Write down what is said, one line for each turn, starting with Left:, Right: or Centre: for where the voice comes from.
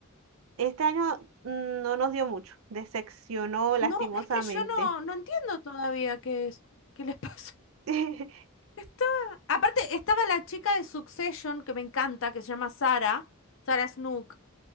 Right: este año mm, no nos dio mucho. Decepcionó lastimosamente.
Left: No, es que yo no, no entiendo todavía qué es, qué les <laughs> pasó.
Right: <laughs>
Left: Está, aparte, estaba la chica de Succession que me encanta, que se llama Sara, Sara Snook.